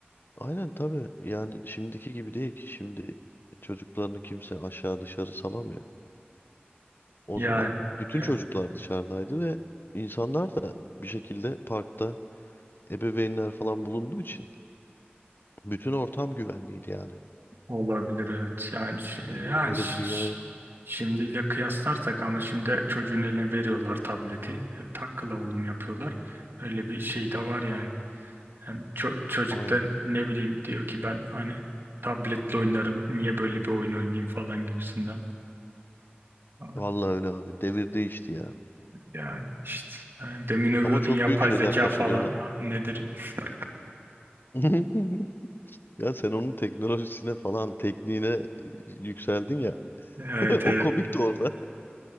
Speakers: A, on the left; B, on the right.
A: aynen tabii. Yani şimdiki gibi değil ki. Şimdi çocuklarını kimse aşağı dışarı salamıyor. O
B: Yani
A: zaman bütün
B: evet,
A: çocuklar dışarıdaydı ve insanlar da bir şekilde parkta ebeveynler falan bulunduğu için Bütün ortam güvenliydi yani.
B: olabilir evet. Yani şi-
A: Şimdi
B: yani
A: öyle
B: şi-
A: bir dünya
B: şi-
A: yok.
B: şimdiyle kıyaslarsak ama şimdi çocuğun eline veriyorlar tableti. E, Takla oğlum yapıyorlar. Öyle bir şey de var yani. Hem ço- çocuk
A: Aynen.
B: da ne bileyim diyor ki ben hani tabletle oynarım. Niye böyle bir oyun oynayayım falan gibisinden. Ah,
A: Vallahi öyle abi. Devir değişti ya.
B: Yani işte e, demin övüyordun
A: Ama çok
B: yapay
A: büyük şeyler
B: zeka
A: kaçırıyorlar.
B: falan. Ah, Nedir? <laughs>
A: <laughs> Ya sen onun teknolojisine falan, tekniğine e, yükseldin ya.
B: Evet,
A: <laughs> O
B: evet.
A: komik de orada.